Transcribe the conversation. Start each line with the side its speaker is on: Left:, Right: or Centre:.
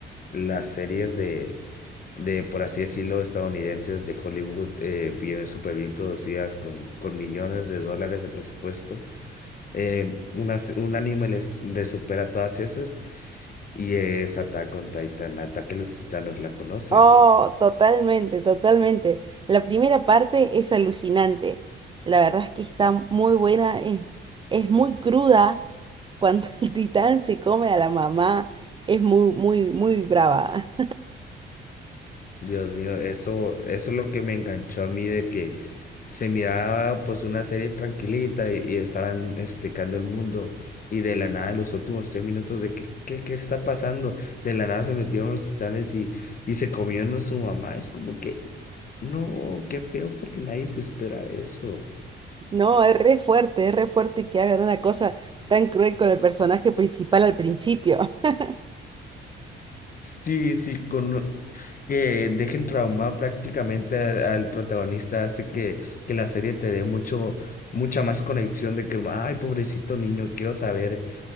Left: las series de, de, por así decirlo, estadounidenses de Hollywood, eh, bien, súper bien producidas con, con millones de dólares de presupuesto. eh, una se- un anime les, les supera todas esas y es Attack on Titan, Ataque a los Titanos, ¿la conoces?
Right: Oh, totalmente, totalmente. La primera parte es alucinante. La verdad es que está muy buena, es, es muy cruda cuando <laughs> el titán se come a la mamá, es muy, muy, muy brava.
Left: Dios mío, eso, eso es lo que me enganchó a mí de que se miraba pues una serie tranquilita y, y estaban explicando el mundo y de la nada en los últimos tres minutos de que qué, qué está pasando, de la nada se metieron los titanes y, y se comieron a su mamá, es como que no, qué feo porque nadie se espera eso.
Right: No, es re fuerte, es re fuerte que hagan una cosa tan cruel con el personaje principal al principio. <laughs>
Left: Sí, sí, con que dejen traumado prácticamente al, al protagonista hace que, que la serie te dé mucho, mucha más conexión de que, ay, pobrecito niño, quiero saber.